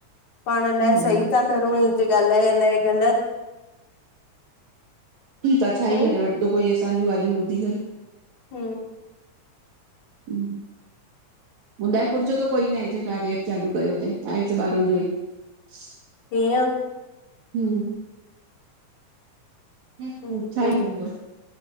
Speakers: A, on the left; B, on the right.
A: पाण
B: हम्म
A: अलाए सही था करूं हिन ते ॻाल्हाए अलाए ग़लति
B: ठीकु आ छा
A: हम्म
B: ई करे वठिदो कोई असांजूं ॻाल्हियूं ॿुधी करे?
A: हूं
B: हूं उदयपुर जो त कोई नाए जे कार्य ऐप चालू कयो अथई आहे त ॿाहरों जो ई <inaudible>
A: हीअं
B: हूं हूं
A: हम्म
B: छा ई चउंदो?